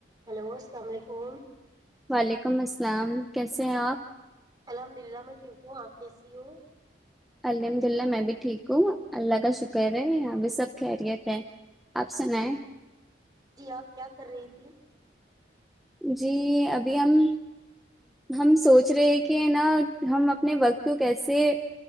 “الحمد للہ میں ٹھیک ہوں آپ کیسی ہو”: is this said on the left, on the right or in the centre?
Right